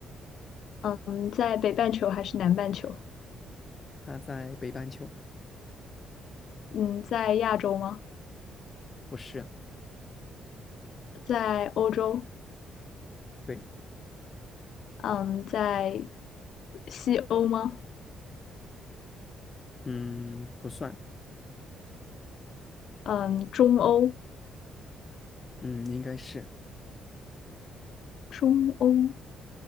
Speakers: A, on the left; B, on the left.
A: 嗯，在北半球还是南半球？
B: 他在北半球，
A: 嗯，在亚洲吗？
B: 不是，
A: 在欧洲，
B: 对，
A: 嗯，在西欧吗？
B: 嗯，不算，
A: 嗯，中欧，
B: 嗯，应该是，
A: 中欧，